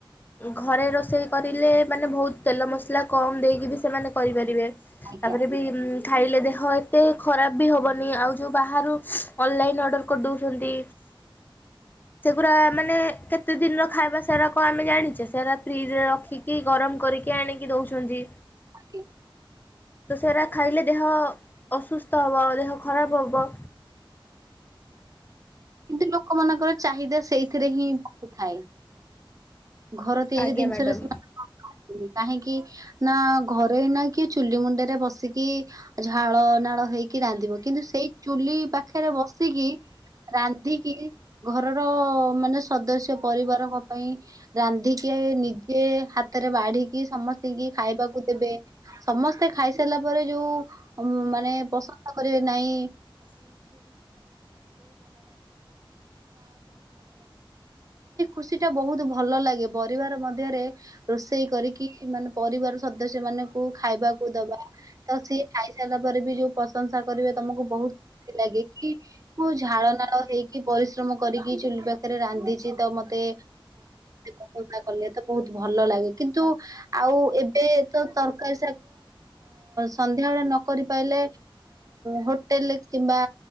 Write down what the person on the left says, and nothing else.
ଘରେ ରୋଷେଇ କରିଲେ, ମାନେ ଭଉତ୍ ତେଲ ମସ୍‌ଲା କମ୍ ଦେଇକି ବି ସେମାନେ କରିପାରିବେ।
<inaudible> ଖାଇଲେ ଦେହ ଏତେ ଖରାପ୍ ବି ହବନି, ଆଉ ଯଉ ବାହାରୁ ଅଲ୍ଲାଇନ୍‌ ଅର୍ଡ଼ର କର୍ ଦଉଚନ୍ତି। ସେଗୁରା ମାନେ କେତେ ଦିନ୍‌ର ଖାଇବା? ସେରା କ'ଣ ଆମେ ଜାଣିଚେ। ସେରା ଫ୍ରିଜ୍‌ ରେ ରଖି କି, ଗରମ୍ କରିକି ଆଣିକି ଦଉଚନ୍ତି।
ତ ସେରା ଖାଇଲେ ଦେହ ଅସୁସ୍ଥ ହବ, ଦେହ ଖରାପ୍ ହବ।
ଆଜ୍ଞା ମ୍ୟାଡ଼ାମ।